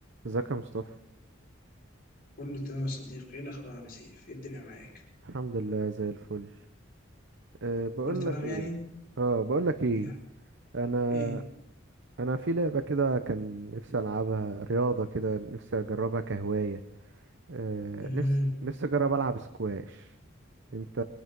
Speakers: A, on the right; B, on the left.
A: ازيك يا مصطفى
B: كله تمام يا صديقي ايه الاخبار عامل ايه ايه الدنيا معاك
A: الحمد لله زي الفل أه بقول
B: كله تمام
A: لك ايه
B: يعني
A: اه بقول لك ايه
B: ايه
A: انا
B: ايه
A: انا في لعبه كده كان نفسي العبها رياضه كده نفسي اجربها كهوايه أه
B: مم.
A: نفسي نفسي اجرب العب سكواش انت